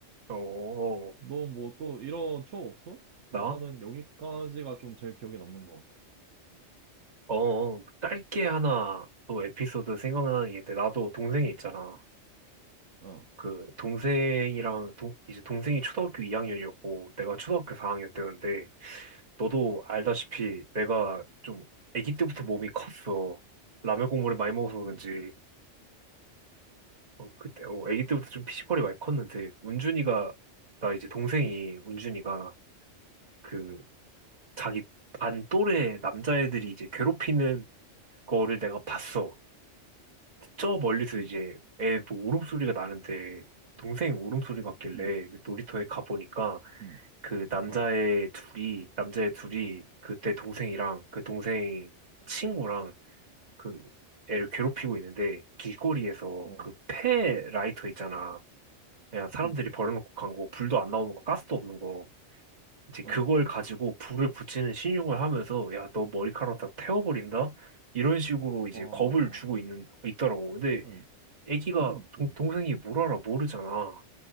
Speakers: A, on the right; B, on the right.
A: 어, 어,
B: 너 뭐 또 이런 추억 없어?
A: 나?
B: 나는 여기까지가 좀 제일 기억에 남는 것 같아.
A: 어, 어. 짧게 하나 또 에피소드 생각나는 게 있는데, 나도 동생이 있잖아.
B: 어,
A: 그, 동생이랑, 동, 이제 동생이 초등학교 2학년이었고, 내가 초등학교 4학년 때였는데, 너도 알다시피 내가 좀 아기 때부터 몸이 컸어. 라면 국물을 많이 먹어서 그런지.
B: 음,
A: 어, 그때, 어, 아기 때부터 좀 피지컬이 많이 컸는데, 운준이가, 나 이제 동생이, 운준이가, 그, 자기 반 또래 남자애들이 이제 괴롭히는 거를 내가 봤어. 저 멀리서
B: 음,
A: 이제 애뭐 울음소리가 나는데, 동생 울음소리 같길래
B: 음,
A: 놀이터에 가보니까,
B: 음,
A: 그 남자애
B: 어,
A: 둘이, 남자애 둘이, 그때 동생이랑, 그 동생 친구랑, 그 애를 괴롭히고 있는데, 길거리에서
B: 어,
A: 그 폐 라이터 있잖아. 그냥 사람들이
B: 음,
A: 버려놓고 간 거, 불도 안 나오는 거, 가스도 없는 거. 이제 그걸
B: 어,
A: 가지고 불을 붙이는 신용을 하면서, 야, 너 머리카락 다 태워버린다? 이런 식으로 이제
B: 와,
A: 겁을 주고 있는, 있더라고. 근데
B: 아니,
A: 애기가,
B: 너무 못됐는데?
A: 동, 동생이 뭘 알아, 모르잖아.